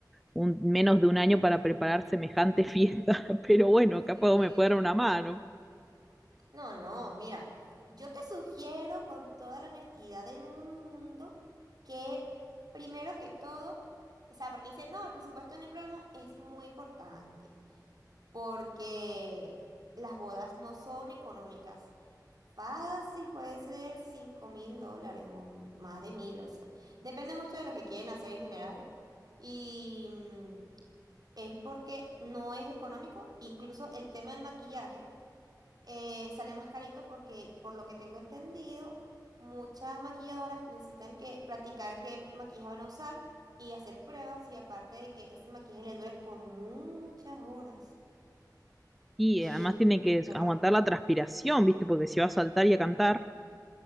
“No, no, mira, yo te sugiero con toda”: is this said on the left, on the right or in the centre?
Right